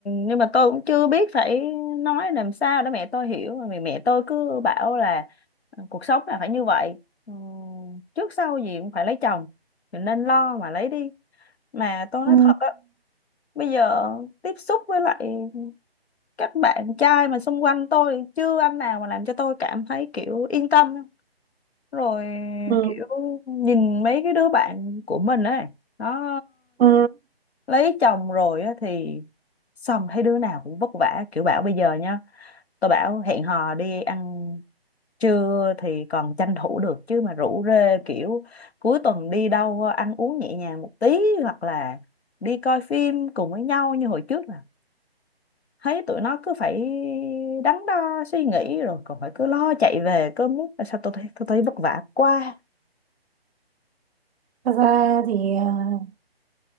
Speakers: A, on the left (about 80°); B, on the right (about 80°).
A: nhưng mà tôi cũng chưa biết phải nói làm sao để mẹ tôi hiểu mà vì mẹ tôi cứ bảo là ờ, cuộc sống là phải như vậy ừ, trước sau gì cũng phải lấy chồng mình nên lo mà lấy đi mà tôi
B: ừ.
A: nói thật á bây giờ tiếp xúc với lại các bạn trai mà xung quanh tôi chưa anh nào mà làm cho tôi cảm thấy kiểu yên tâm rồi
B: Ừ.
A: kiểu nhìn mấy cái đứa bạn của mình ấy nó
B: Ừ.
A: lấy chồng rồi á thì xong thấy đứa nào cũng vất vả kiểu bảo bây giờ nha tôi bảo hẹn hò đi ăn trưa thì còn tranh thủ được chứ mà rủ rê kiểu cuối tuần đi đâu ăn uống nhẹ nhàng một tí hoặc là đi coi phim cùng với nhau như hồi trước là thấy tụi nó cứ phải đắn đo suy nghĩ rồi còn phải cứ lo chạy về cứ muốn sao tôi thấy tôi thấy vất vả quá
B: Thật ra thì à,